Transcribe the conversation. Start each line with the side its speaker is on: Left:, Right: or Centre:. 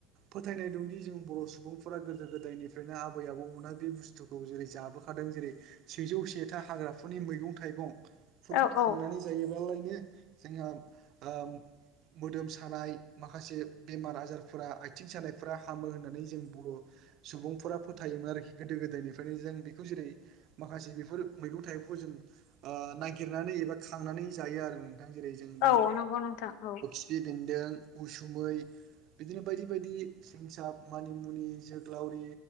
Right: फोथायनाय दंदि जों बर' सुबुंफोरा गोदो गोदायनिफ्रायनो आबै आबौमोनहहा बे बुस्थुखौ जेरै जाबोखादों जेरै सेजौ सेथा हाग्राफोरनि मैगं थाइगं फोरखौ
Left: औ
Right: खांनानै
Left: औ
Right: जायोबालायनो जोंहा मोदोम सानाय माखासे बेमार आजारफोरा आथिं सानायफ हामो होननानै जों बर' सुबुंफोरा फोथायोमोन आरोखि गोदो गोदायनिफ्रायनो जों बेखौ जेरै माखासे बेफोर मैगं थाइगंखौ जों नागिरनानै एबा खांनानै जायो आरो नोंथां जेरै जों बेखौ
Left: औ नंगौ नोंथां औ
Right: फि बेन्दों उसुमै बिदिनो बायदि बायदि सिंसा मानिमुनि जोग्लावरि